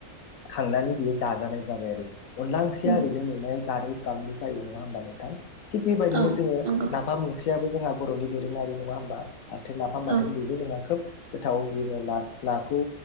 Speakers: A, on the left; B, on the right.
A: खांनानै बियो जाजानाय जाबाय आरो अनला ओंख्रि या
B: उम
A: ओरै नुनायाव जारेद गाबनि जायो नङा होमबा नोंथां थिग बेबायदिनो
B: औ
A: जोङो
B: नंगौ
A: नाफाम ओंख्रियाबो जों जोंहा बर'नि दोरोङारि नङा होमबा बाथोन नाफाम
B: औ
A: बाथोन बेबो जोंहा खोब गोथाव जोङो ना नाखौ